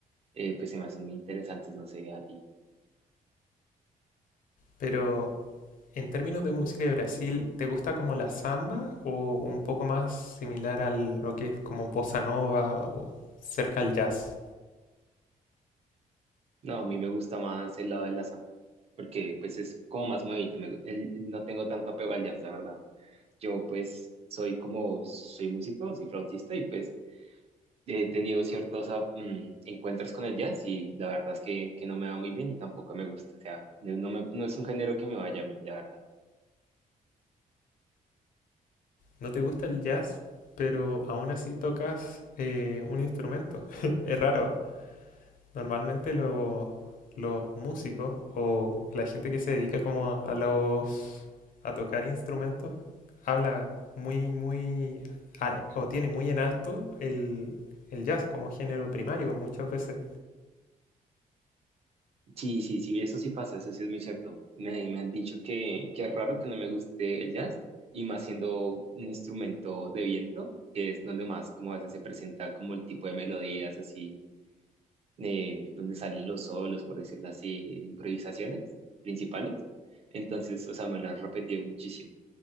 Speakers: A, on the right; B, on the left.
A: eh, pues se me hacen muy interesantes, no sé, a ti.
B: pero en términos de música de Brasil, ¿te gusta como la samba o un poco más similar a lo que es como bossa nova o cerca al jazz?
A: No, a mí me gusta más el lado de la samba, porque pues es como más movido, me- el- no tengo tanto apego al jazz, la verdad. Yo pues soy como, soy músico, soy flautista y pues he tenido ciertos ah, mm, encuentros con el jazz y la verdad es que, que no me va muy bien y tampoco me gusta, o sea, no, no me- no es un género que me vaya a mí, la verdad.
B: no te gusta el jazz, pero aún así tocas eh, un instrumento. <laughs> Es raro. Normalmente lo- los músicos o la gente que se dedica como a, a los a tocar instrumentos habla muy muy a- o tiene muy en alto el, el jazz como género primario muchas veces.
A: Sí, sí, sí, eso sí pasa, eso sí es muy cierto. Me, me han dicho que, que es raro que no me guste el jazz, y más siendo un instrumento de viento, que es donde más como a veces se presenta como el tipo de melodías así, eh, donde salen los solos, por decirlo así, improvisaciones principales. Entonces, o sea, me lo han repetido muchísimo.